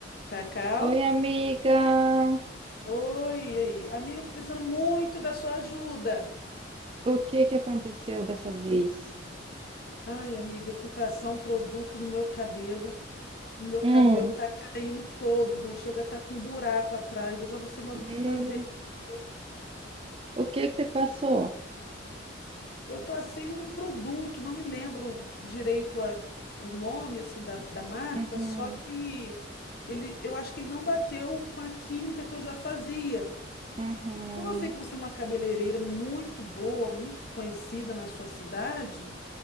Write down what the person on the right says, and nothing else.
Oi, amiga.
O que que aconteceu dessa vez?
Hum,
Meu,
o que que você passou?
Uhum,
uhum.